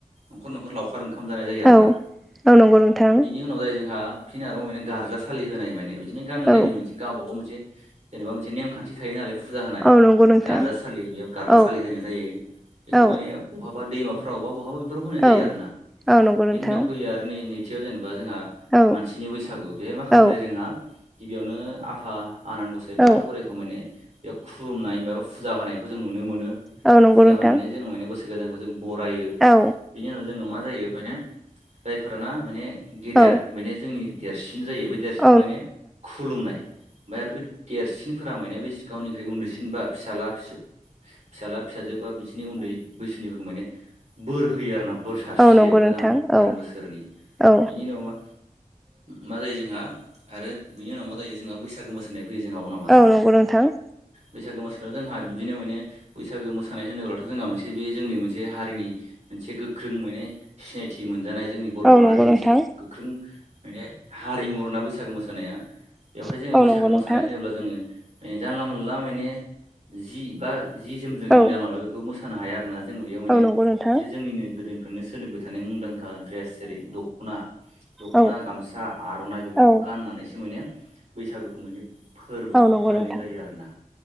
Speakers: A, on the right; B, in the centre.
A: न'खर न'खर लावखार ओंखा। ओंखाम जानाय जायो आरोना
B: औ औ नंगौ नोंथां
A: बिनि उनाव जायो जोंहा। फिन आरोबाव माने गारजासाालि होनाय माने बिदिनो गामि
B: औ
A: गामि मोनसे गावबा गाव मोनसे। जेनेबा मोनसे नेमखान्थि थायो नालाय। फुजा होनाय
B: औ नंगौ नोंथां
A: गारजा सालि बेयाव गारजा
B: औ
A: सालि होनाय जायो बेखौ
B: औ
A: माने बहाब। बा दैमाफ्रावबा बहाबा बेफोराव होनाय
B: औ
A: जायो आर ना
B: औ नंगौ नोंथां
A: बेनि उनाव फैयो आरो नै नैथियाव जेनेबा। जोंहा
B: औ
A: मानसिनि बैसागु बेहाय मा खालामनो
B: औ
A: जोंहा गिबियावनो आफा। आनान गसे
B: औ
A: बाथौ बोराइखौ माने बेयाव खुुरुमनाय। फुजा होनायखौ जों नुनो मोनो
B: औ नंगौ
A: फुजा
B: नोंथां
A: होनानै जों माने बोसोर गोदानखौ जों बरायो।
B: औ नंगौ नोंथां औ
A: जों मा जायो माने जायफोराना माने गेदेर
B: औ
A: माने जोंनि देरसिन। जायो बे देरसिनखौ
B: औ
A: माने खुलुमनाय मफ्राय आरो बे देरसिन। फोरा मानि बे गावनिख्रुइ उन्दैसिन बा फिसाला फिसाला फिसाजो। बा बिसोरनि उन्दै बैसोनिफोरखौ माने। होयो आरोना बोर सारस्रियो
B: औ नंगौ
A: गोदान
B: नोंथां औ
A: गोदान बोसोरनि
B: औ
A: बेनि उनाव मा। मा जायो जोंहा आरो बिनि उनाव मा जायो जोंहा बैसागो मोसानाय। फैयो जोंहा उनाव आरो
B: औ नंगौ नंथां।
A: बैसागो मोसानायाव जोंहा बिदिनो माने बैसागो मोसानाय होनोब्लाथ' जोंहा मोनसे बे जोंनि मोनसे हारिनि। मोनसे गोख्रों माने सिनायथि। थि मोनजानाय जोंनि बर'
B: औ
A: माहारिनि
B: नंगौ नोंथां
A: मोनसे गोख्रों माने हारिमु आरोना बैसागो मोसानाया। बेवहाय जोङो
B: औ
A: बैसागो
B: नंगौ नोंथां
A: मोसानाय होनोब्ला जोङो। माने जानला मोनला माने जि बा जि जोमजों जों
B: औ
A: जानला बेखौ मोसानो हाया। जोङो बेयाव मानेसे
B: औ नंगौ नोंथां औ
A: जोंनिनो गोदोनिफ्रायनो सोलिबाय थानाय मुंदांखा। ड्रेस जेरै दख'ना दख'ना
B: औ
A: गामसा आर'नाइ बेफोरखौ
B: औ
A: गाननानैसो माने। बैसागुखौ माने फोरबोखौ
B: औ नंगौ
A: फालिनाय
B: नोंथां
A: जायो आरो ना